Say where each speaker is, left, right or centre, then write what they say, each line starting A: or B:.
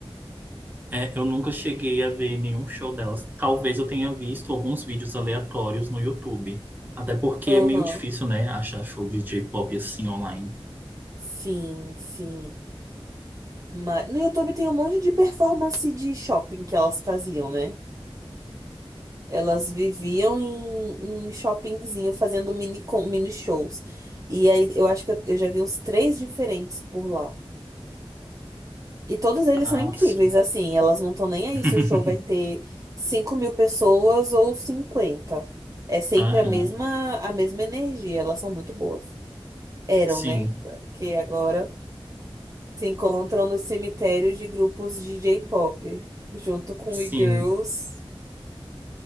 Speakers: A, on the right (about 20°); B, on the right (about 35°).
A: É, eu nunca cheguei a ver nenhum show delas. Talvez eu tenha visto alguns vídeos aleatórios no YouTube. Até porque
B: Aham.
A: é meio difícil, né, achar show de J-pop assim online.
B: Sim, sim. Mas no YouTube tem um monte de performance de shopping que elas faziam, né? Elas viviam em, em shoppingzinho fazendo mini, con- mini shows. E aí eu acho que eu eu já vi uns três diferentes por lá. E todos eles
A: Ah,
B: são incríveis,
A: sim.
B: assim, elas não estão nem aí
A: <laughs>
B: se o show vai ter cinco mil pessoas ou cinquenta É sempre
A: Aham.
B: a mesma, a mesma energia, elas são muito boas. Eram,
A: Sim,
B: né? Porque agora se encontram no cemitério de grupos de J-pop, junto com
A: sim.
B: e-girls.